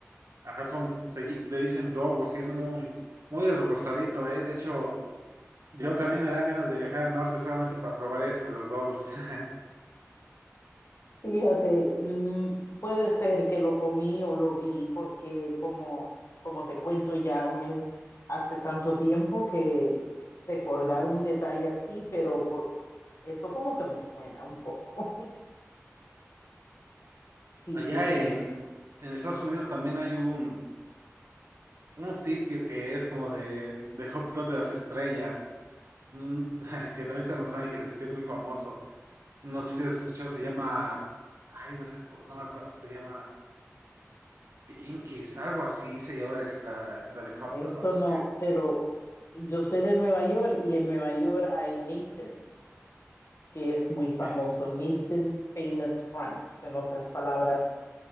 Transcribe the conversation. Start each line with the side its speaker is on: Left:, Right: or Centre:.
Right: Ajá, son, se lli- le dicen dogos y es muy, muy de Rosarito, ¿eh? De hecho, yo también me dan ganas de viajar al norte solamente para probar eso de los dogos. <laughs>
Left: Fíjate, mm, puede ser que lo comí o lo vi, porque como, como te cuento, ya no es hace tanto tiempo que recordar un detalle así, pero por, eso como que me suena un poco. <laughs> Sí,
Right: Allá
Left: sí, sí,
Right: en,
Left: mira,
Right: en Estados Unidos también hay un, un sitio que es como de, de Hot Dog de las Estrellas, mm, <laughs> que también está en Los Ángeles, que es muy famoso. No sé si has escuchado, se llama, ay, no, se acuerdo, no me acuerdo, se llama Pinkies, algo así se llama de la, la de Hot
Left: esto
Right: Dogs.
Left: no,
Right: que-
Left: pero yo soy de Nueva York y en Nueva York hay Nathan's, que es muy famoso,
Right: que-
Left: Nathan's Famous Franks, en otras palabras,